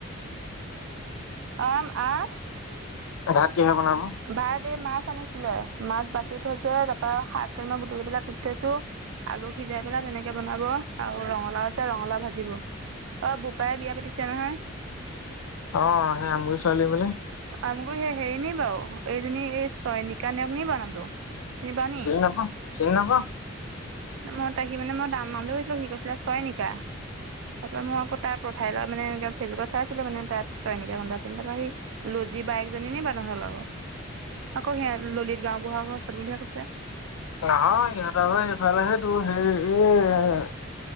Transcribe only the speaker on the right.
আম আহ
ভাত এই মাছ আনিছিলে, মাছ বাচি থৈছে তাৰপা শাক কিনো ধুই পেলাই কুঠ থৈছো। আলু সিজাই পেলাই তেনেকে বনাব আৰু ৰঙালাও আছে ৰঙালাও ভাজিব। অ বোপাৰে বিয়া পাতিছে নহয়।
আমগুৰি সেই হেৰি নি বাৰু, এইজনী এই চয়নিকা নে কিবাও নামটো। পাও নি?
মই তাকি মানে মই দাম নামটো সি কৈছিলা চয়নিকা। তাৰপৰা মই আকৌ তাইৰ প্ৰফাইল মানে এনেকে ফেচবুকত চাইছিলো মানে তাৰপিছ এনেকে গম পাইছো তাৰ পৰা সেই লজি বাইকজনী নি বাও তহতৰ লগৰ। আকৌ সেয়া ললিত গাওবুঢ়া ঘৰ সনবিধে কৈছে।